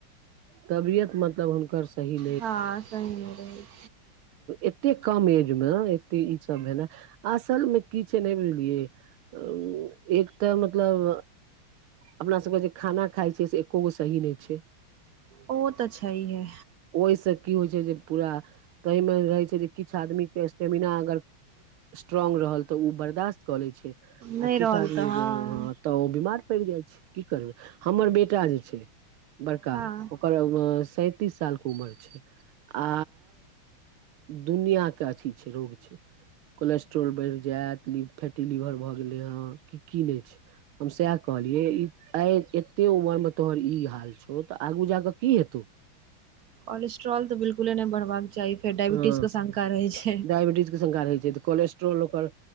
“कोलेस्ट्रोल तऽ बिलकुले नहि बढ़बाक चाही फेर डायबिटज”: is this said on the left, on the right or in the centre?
Right